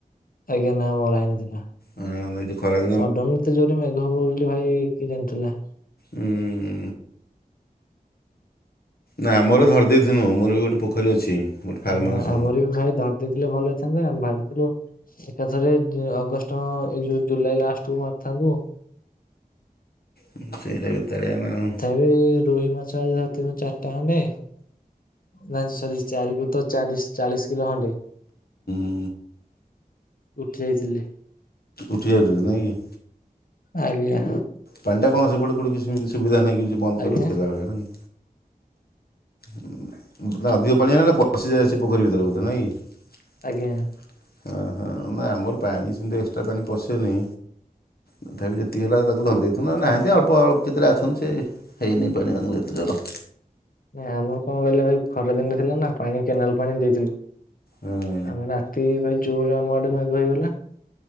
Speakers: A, on the left; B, on the left.
A: ଆଜ୍ଞା ନା ମରା ହେଇନଥିଲା।
B: ହଁ ଆମେ <unintelligible> ଖରା ବେଳେ
A: ସଡନ୍ ଏତେ ଜୋର୍ ରେ ମେଘ ହବ ବୋଲି ଭାଇ କିଏ ଜାଣିଥିଲା।
B: ହୁଁ। ନାଁ ଆମର ଧରି ଦେଇଥିଲୁ ମୋର୍ ବି ଗୋଟେ ପୋଖରୀ ଅଛି। ଗୋଟେ ଫାର୍ମ
A: ହଁ
B: ହାଉସ୍
A: ଆମର ବି ଭାଇ ଧରି ଦେଇଥିଲେ ଭଲ ହେଇଥାନ୍ତା ଆମେ ଭାବିଥିଲୁ ଏକାଥରେ ଅଗଷ୍ଟ ହଁ ଏଯଉ ଜୁଲାଇ ଲାଷ୍ଟକୁୁ ମାରିଥାନ୍ତୁ
B: ହଁ ସେଇରା ବେତଳିଆ ନା ଆଉ।
A: ଏଇ ରୋହି ମାଛ ଆଜି ଧରିଥୁଲି ଚାରିଟା ଖଣ୍ଡେ। ନାଇଁ ସରି ଚାରିକୁର୍ତ୍ତ ଚାରି ଚାଳିଶ କିଲୋ ଖଣ୍ଡେ।
B: ହୁଁ।
A: ଉଠି ଯାଇଥିଲି।
B: ଉଠି ଯାଉଛନ୍ତି ନା କି?
A: ଆଜ୍ଞା।
B: ପାଣି ଟା କଣ ସେପଟ କୋଉଠି କିଛି ସୁବିଧା ନାହିଁ କିଛି ବନ୍ଦ
A: ଆଜ୍ଞା
B: କରି ରଖିଲା ଭଳିଆ ନା କି। ହୁଁ। <unintelligible> ଅଧିକ ପାଣି ଆସେ ପଶି ଯାଏ ସେ ପୋଖରୀ ଭିତରେ ବୋଧେ ନାଇଁ? ଓହୋଃ!
A: ଆଜ୍ଞା
B: ନା, ଆମର ପାଣି ସେମିତି ଏକ୍ସଟ୍ରା ପାଣି ପଶିନି। ତଥାପି ଯେତିକି ହେଲା ତାକୁ ଧରି ଦେଇେଥିଲୁ ନା ନାହାନ୍ତି ଆଉ ଅଳ୍ପ ଅଳ୍ପ କେତେଟା ଅଛନ୍ତି ସେ। ହେଇନି ପାଣି ତାଙ୍କୁ ଏଥର।
A: ନାଇଁ, ଆମର କଣ କହିଲେ ଭାଇ ଖରା ଦିନ ଥିଲା ନା ପାଣି କେନାଲ ପାଣି ଦେଇଥିଲୁ।
B: ହଁ।
A: ଆମେ ରାତି ଭାଇ ଜୋରରେ ଆମଡେ ମେଘ ହେଇଗଲା,